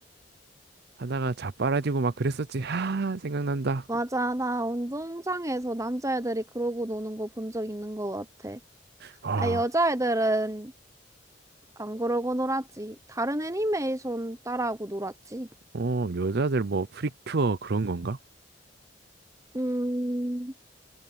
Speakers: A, on the right (about 60°); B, on the right (about 15°).
A: 하다가 자빠라지고 막 그랬었지. 아, 생각난다.
B: 맞아. 나 운동장에서 남자애들이 그러고 노는 거 본 적 있는 거 같아.
A: 아,
B: 아, 여자애들은 안 그러고 놀았지. 다른 애니메이션 따라하고 놀았지.
A: 어, 여자들 뭐 프리큐어 그런 건가?
B: 음,